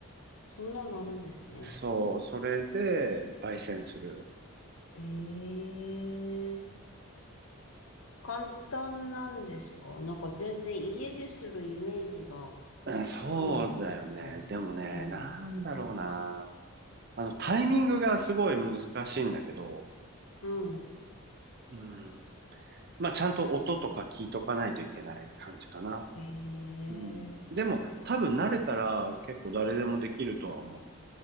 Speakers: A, on the left; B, on the right.
A: そんなのあるんですね。
B: そう、それで焙煎する。
A: ええ簡単なんですかなんか全然家でするイメージが
B: うん、そうだよね。
A: つかない。う
B: でもね、
A: ん。
B: なんだろうな。あの、タイミングがすごい難しいんだけど、
A: うん。
B: うん、まあ、ちゃんと音とか聞いとかないといけない感じかな。
A: ええ
B: うん。でも、多分慣れたら結構誰でもできるとは思う。